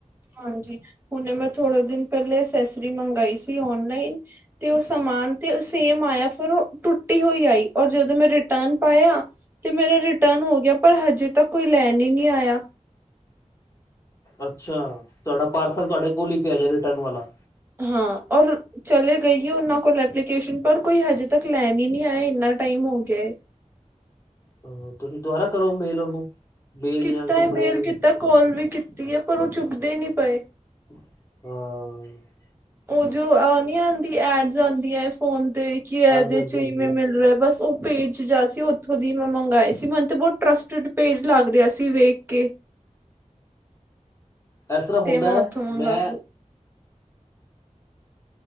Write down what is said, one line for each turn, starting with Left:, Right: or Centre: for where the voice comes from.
Right: ਹਾਂਜੀ, ਹੁਣੇ ਮੈਂ ਥੋੜੇ ਦਿਨ ਪਹਿਲੇ, ਅਸੈਸਰੀ ਮੰਗਾਈ ਸੀ ਓਨਲਾਈਨ ਤੇ ਉਹ ਸਮਾਨ ਤੇ ਸੇਮ ਆਇਆ, ਪਰ ਉਹ ਟੁੱਟੀ ਹੋਈ ਆਈ, ਔਰ ਜਦੋਂ ਮੈਂ ਰਿਟਰਨ ਪਾਇਆ ਤੇ ਮੇਰਾ ਰਿਟਰਨ ਹੋ ਗਿਆ, ਪਰ ਹਜੇ ਤੱਕ ਕੋਈ ਲੈਣ ਹੀ ਨਹੀਂ ਆਇਆ।
Left: ਅੱਛਾ, ਤੁਹਾਡਾ ਪਾਰਸਲ ਤੁਹਾਡੇ ਕੋਲ ਹੀ ਪਿਆ, ਜੇ ਰਿਟਰਨ ਵਾਲਾ?
Right: ਹਾਂ, ਔਰ ਚਲੇ ਗਈ ਹ ਉਹਨਾਂ ਕੋਲ ਐਪਲੀਕੇਸ਼ਨ, ਪਰ ਕੋਈ ਹਜੇ ਤੱਕ ਲੈਣ ਹੀ ਨਹੀਂ ਆਇ, ਇੰਨਾ ਟਾਈਮ ਹੋ ਗਿਆ ਹੈ।
Left: ਹਾਂ, ਤੁਸੀਂ ਦੁਬਾਰਾ ਕਰੋ ਮੇਲ ਉਹਨੂੰ ਮੇਲ
Right: ਕੀਤਾ
Left: ਜਾਂ ਕੰਪਲੇਨ
Right: ਮੇਲ ਕੀਤਾ, ਕਾਲ ਵੀ ਕੀਤੀ ਹੈ, ਪਰ ਉਹ ਚੁੱਕਦੇ ਨਹੀਂ ਪਏ।
Left: ਹਾਂ।
Right: ਉਹ ਜੋ ਆ ਨੀ ਆਉਂਦੀ ਐਡਸ ਆਂਦੀਆਂ ਫੋਨ ਤੇ, ਕਿ ਇਹਦੇ
Left: ਹਾਂਜੀ ਹਾਂਜੀ
Right: ਚ'
Left: ਹਾਂਜੀ
Right: ਇਵੇਂ ਮਿਲ ਰਿਹਾ ਬਸ ਪੇਜ ਜਾ ਸੀ, ਉੱਥੋਂ ਦੀ ਮੈਂ ਮੰਗਵਾਏ ਸੀ। ਮੈਨੂੰ ਤੇ ਬਹੁਤ ਟਰੱਸਟਡ ਪੇਜ ਲੱਗ ਰਿਹਾ ਸੀ, ਵੇਖ ਕੇ।
Left: ਇਸ ਤਰ੍ਹਾਂ ਹੁੰਦਾ
Right: ਤੇ ਮੈਂ
Left: ਹੈ,
Right: ਉੱਥੋਂ ਮੰਗਵਾ
Left: ਮੈਂ
Right: ਲਈ